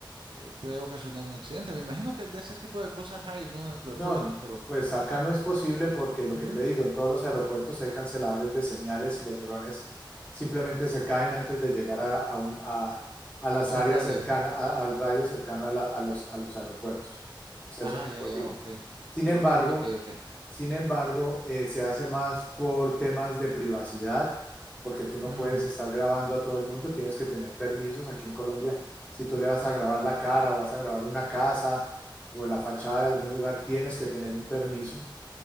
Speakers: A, on the right (about 70°); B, on the left (about 15°).
A: eh, puede ocasionar un accidente. Me imagino que de ese tipo de cosas hay, ¿no? Dentro de
B: No,
A: todo esto,
B: no,
A: pero
B: pues acá no es posible porque lo
A: ujú,
B: que te digo, en todos los aeropuertos hay canceladores de señales y los drones simplemente se caen antes de llegar a, a un- a- a las
A: a
B: áreas
A: un radio.
B: cercanas, a- al radio cercano a, la- a los, a los aeropuertos. O sea,
A: Ah,
B: eso no es
A: ya,
B: posible.
A: ya, ok,
B: Sin embargo,
A: ok, ok.
B: sin embargo, eh, se hace más por temas de privacidad, porque tú no
A: Ujú,
B: puedes estar grabando a todo el mundo, tienes que tener permisos. Aquí en Colombia, si tú le vas a grabar la cara o vas a grabar una casa o la fachada de algún lugar, tienes que tener un permiso.